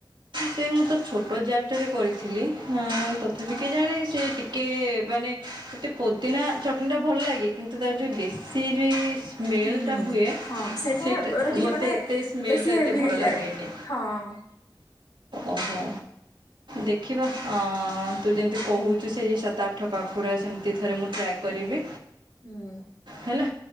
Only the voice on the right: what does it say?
ସେଇ ମୁଁ ତ ଛୋଟ ଜାର ଟାରେ କରିଥିଲି। ହଁ ତଥାପି କେଜାଣି ସେ ଟିକେ ମାନେ ସେତେ ପୋଦିନା ଚଟଣିଟା ଭଲ ଲାଗେ କିନ୍ତୁ ତାର ଯଉ ବେଶୀ <unintelligible> ସ୍ମେଲ୍
ଟା ହୁଏ
ସେଇଟା
ମୋତେ
ଏତେ ସ୍ମେଲ୍
ଟା
ଏତେ ଭଲ
ଲାଗେନି।
ଓହୋ ଦେଖିବା ଅ ତୁ ଯେମି କହୁଚୁ ସେଇ ଯୋଉ ସା ତା ଆଠ ପାଖୁଡ଼ା ସେମିତି ଥରେ ମୁଁ ଟ୍ରାଏ କରିବି
ହେଲା।